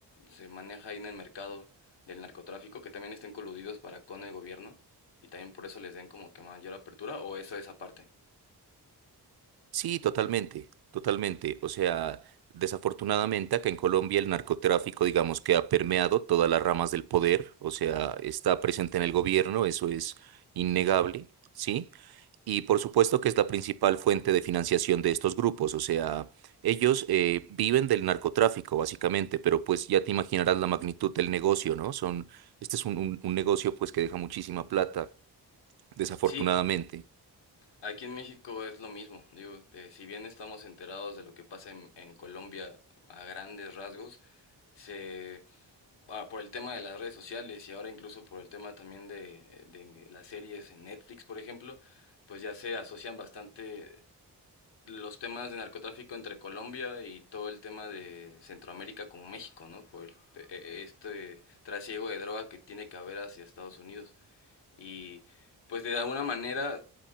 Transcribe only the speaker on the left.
se maneja ahí en el mercado del narcotráfico, que también estén coludidos para con el gobierno y también por eso les den como que mayor apertura o eso es aparte.
Sí, aquí en México es lo mismo. Digo, eh, si bien estamos enterados de lo que pasa en, en Colombia a grandes rasgos, se ah, por el tema de las redes sociales y ahora incluso por el tema también de, de las series en Netflix, por ejemplo, pues ya se asocian bastante los temas de narcotráfico entre Colombia y todo el tema de Centroamérica con México, ¿no? Por el- eh, este trasiego de droga que tiene que haber hacia Estados Unidos. Y pues de alguna manera